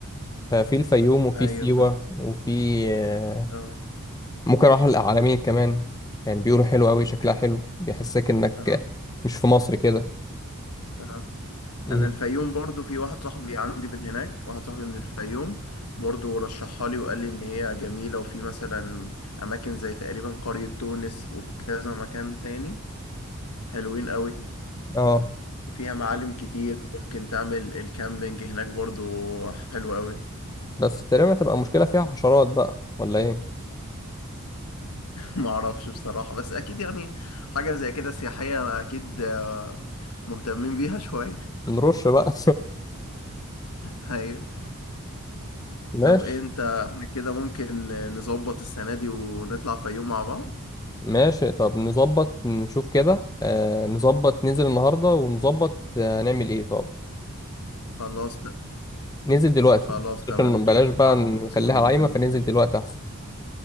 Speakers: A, on the left; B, on the left.
A: ففي الفيوم وفي
B: ايوه
A: سيوة
B: فاهم
A: وفي آه،
B: اه
A: ممكن أروح العلمين كمان يعني بيقولوا حلو أوي
B: اوكي
A: شكلها حلو بيحسسك إنك
B: اه
A: مش في مصر كده
B: آه.
A: مم.
B: انا الفيوم برضو في واحد صاحبي عندي من هناك واحد صاحبي من الفيوم برضو رشحها لي وقال لي ان هي جميلة وفي مثلا اماكن زي تقريبا قرية تونس وكذا مكان تاني حلوين قوي
A: اه
B: فيها معالم كتير ممكن تعمل الكامبينج هناك برضو حلو قوي
A: بس تقريبا هتبقى مشكلة فيها حشرات بقى ولا إيه
B: <laughs> ما اعرفش بصراحة بس اكيد يعني حاجة زي كده سياحية اكيد مهتمين بيها شوية
A: نرش بقى
B: <laughs> ايوه
A: <laughs> ماشي
B: طب إيه انت احنا كده ممكن نظبط السنة دي ونطلع فيوم مع بعض
A: ماشي طب نظبط نشوف كده آه نظبط ننزل النهاردة ونظبط آه هنعمل ايه طب
B: خلاص
A: ننزل دلوقتي
B: خلاص تمام
A: عشان
B: نشوف
A: بلاش
B: كده
A: بقى
B: على
A: نخليها
B: الواتس وننزل
A: عايمة فننزل
B: نتفق
A: دلوقتي احسن